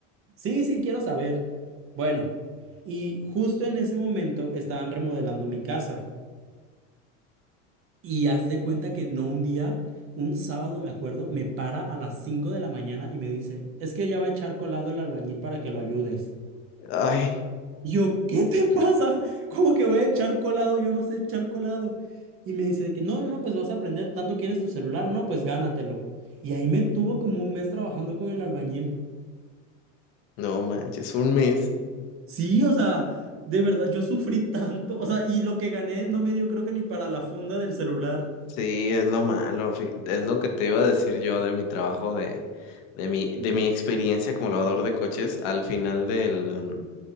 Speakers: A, on the right; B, on the left.
A: sí, sí, quiero saber. Bueno, y justo en ese momento estaban remodelando mi casa. Y haz de cuenta que no un día, un sábado me acuerdo, me para a las 5 de la mañana y me dice, es que ya va a echar colado el albañil para que lo ayudes.
B: ay,
A: Y yo, ¿qué te pasa? ¿Cómo que voy a echar colado? Yo no sé echar colado. Y me dice de que no, no, no, pues vas a aprender, tanto quieres tu celular, no, pues gánatelo. Y ahí me tuvo como un mes trabajando con el albañil.
B: no manches, un mes.
A: Sí, o sea, de verdad, yo sufrí tanto, o sea, y lo que gané no me dio creo que ni para la funda del celular.
B: Sí, es lo malo. fí- Es lo que te iba a decir yo de mi trabajo, de, de mi, de mi experiencia como lavador de coches al final del,